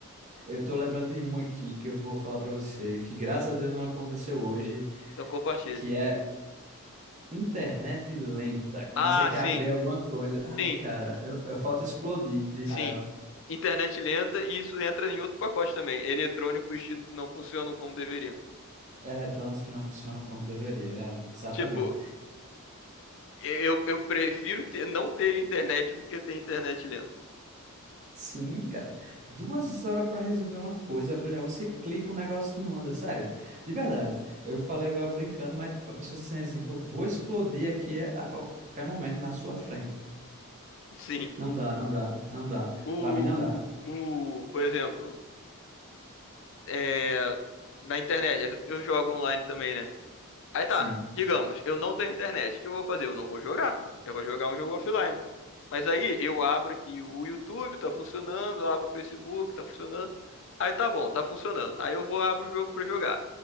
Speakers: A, on the right; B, on the left.
A: Eu tô lembrando de uma aqui que eu vou falar pra você, que graças a Deus não aconteceu hoje,
B: Então compartilhe.
A: que é internet lenta. Quando
B: Ah,
A: você quer
B: sim,
A: abrir alguma coisa, ai,
B: sim,
A: cara, eu, eu falto explodir de raiva.
B: sim. Internet lenta e isso entra em outro pacote também. Eletrônicos que não funcionam como deveriam.
A: Eletrônicos que não funcionam como deveria. É, exatamente.
B: Tipo, eu, eu prefiro ter- não ter internet do que ter internet lenta.
A: Sim, cara. Duas horas para resolver uma coisa, abrir um negócio, você clica, o negócio não anda, sério. De verdade. Eu falei agora brincando, mas a pessoa se sente assim, pô, vou explodir aqui a qualquer momento na sua frente.
B: Sim.
A: Não dá, não dá, não dá.
B: O,
A: Para mim não dá.
B: o, por exemplo, é, na internet, eu jogo online também, né? Aí tá,
A: Sim.
B: digamos, eu não tenho internet. O que eu vou fazer? Eu não vou jogar. Eu vou jogar um jogo offline. Mas aí eu abro aqui o YouTube, tá funcionando, eu abro o Facebook, tá funcionando. Aí tá bom, tá funcionando. Aí eu vou abro o jogo pra jogar.